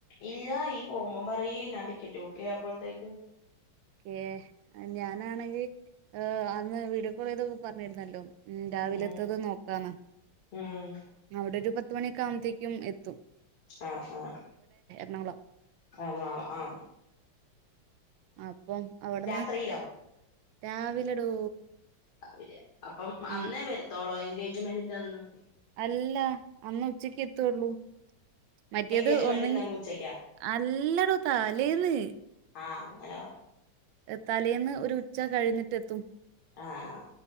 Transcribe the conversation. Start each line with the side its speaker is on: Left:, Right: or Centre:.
Left: ഇല്ല ഈ പോകുമ്പോം പറയി ഞാൻ ടിക്കറ്റ് ബുക്ക് ചെയ്യപ്പോഴത്തേക്ക്.
Right: ക്കെ ഞാനാണെങ്കിൽ. <unintelligible> അന്ന് വീഡിയോ കോൾ ചെയ്ത പറഞ്ഞിരുന്നല്ലോ. ഉ രാവിലെത്തത്
Left: ഉം
Right: നോക്കാന്ന്
Left: ഉം
Right: അവിടെ ഒരു. പത്ത് മണിക്കാവുമ്പത്തേക്കും എത്തും.
Left: ആഹ് ആഹ്.
Right: ണങ്ങളോ.
Left: ആഹ് നാള ആഹ്.
Right: ആ അപ്പം അവിടുന്ന്.
Left: രാത്രിയിലോ
Right: രാവിലെടോ.
Left: ാവില്ല. അപ്പം
Right: ഉം
Left: അന്നേ വരുത്തോളോ എ എൻഗേജ്മെന്റിന്റന്ന്
Right: അല്ല അന്ന് ഉച്ചക്ക് എത്തുള്ളൂ. മറ്റിയത്
Left: എൻഗേജ്മെന്റിന്ന്
Right: ഒന്നെ
Left: അങ്ങ് ഉച്ചക്കാ
Right: അല്ലെടോ തലേന്ന്.
Left: ആഹ് അങ്ങനെ പറ
Right: തലേന്ന് ഒരു ഉച്ച കഴിഞ്ഞിട്ടെത്തും.
Left: ആഹ്